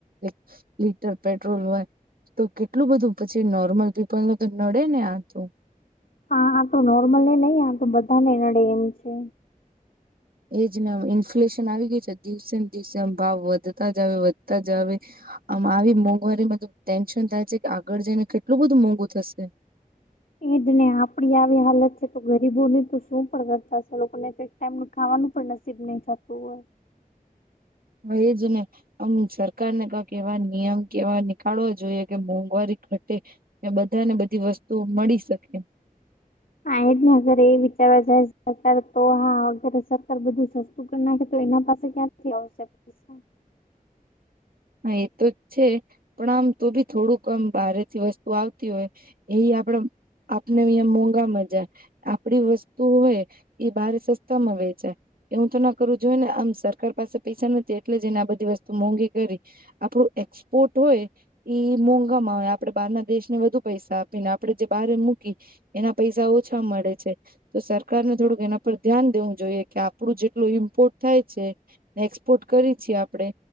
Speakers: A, on the right (about 80°); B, on the left (about 70°).
A: એક લીટર પેટ્રોલ હોય તો કેટલું બધું પછી નોર્મલ તેમને તો નડે ને આતો.
B: હા આ તો નોર્મલી નહીં. આ તો બધા ને નડે એમ છે.
A: એજ ને આમ ઇન્ફ્લુએશન આવી ગયું છે. દિવસેને દિવસે આમ ભાવ વધતા જ આવે, વધતા જ આવે. આમ આવી મોંઘવારીમાં તો ટેન્શન થાય છે કે આગળ જઈને કેટલું બધું મોંઘું થશે.
B: ઈજ ને આપડી આવી હાલત છે તો ગરીબોની તો શું પણ કરતા હશે. લોકોને તો એક ટાઈમનું ખાવાનું પણ નસીબ નહીં થતું હોય.
A: હહ એજ ને. આમ સરકારને કાક એવા નિયમ કે એવા નીકાળવા જોઈએ કે મોંઘવારી ઘટ ટે ને બધાને બધી વસ્તુઓ મળી શકે.
B: હા એજ ને અગર એ વિચારવા જાય સરકાર તો હા વગરે સરકાર બધું સસ સસ્તું કર નાખે તો એના પાસે ક્યાંથી આવશે પૈસા.
A: હા એતો છે પણ આમ તો ભી થોડુંક અમ બારેથી વસ્તુ આવતી હોય. એટલે ઈ આપણ આપને અહીંયા મોંઘામાં જાય. આપડી વસ્તુ હોય ઈ બાર સસ્તામાં વેચાય. એવું તો ન કરવું જોઈએ ને. આમ સરકાર પાસે પૈસા નથી એટલે જ એને આ બધી વસ્તુ મોંઘી કરી. આપણું એક્સપોર્ટ હોય ઈ મોંઘામાં હોય આપડે બારના દેશને વધુ પૈસા આપીને આપ આપડે જે બારે મૂકી. એના પૈસા ઓછા મળે છે. તો સરકારને થોડુંક એના પર ધ્યાન દેવું જોઈએ. કે આપણું જેટલું ઈમ્પોર્ટ થાય છે ને એક્સપોર્ટ કરી છીએ આપણે